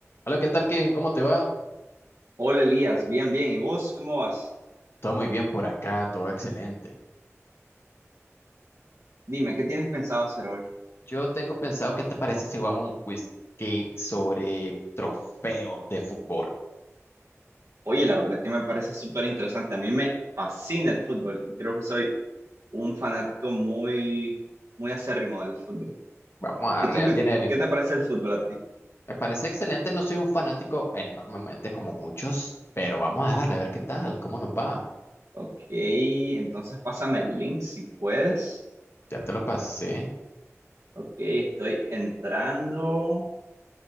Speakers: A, on the left (about 50°); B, on the right (about 75°).
A: Hola, ¿qué tal, Kevin? ¿Cómo te va?
B: Hola Elías, bien, bien. ¿Y vos cómo vas?
A: Todo muy bien por acá, todo excelente.
B: Dime, ¿qué tienes pensado hacer hoy?
A: Yo tengo pensado, ¿qué te parece si jugamos un quiz game sobre trofeos de fútbol?
B: Oye, la verdad es que me parece súper interesante. A mí me fascina el fútbol y creo que soy un fanático muy, muy acérrimo del fútbol.
A: Vamos a darle,
B: ¿Y tú
A: ya
B: qué,
A: tiene el link.
B: qué te parece el fútbol a ti?
A: Me parece excelente, no soy un fanático enormemente como muchos, pero vamos a darle a ver qué tal, cómo nos va.
B: Ok, entonces pásame el link si puedes.
A: Ya te lo pasé,
B: Ok, estoy entrando.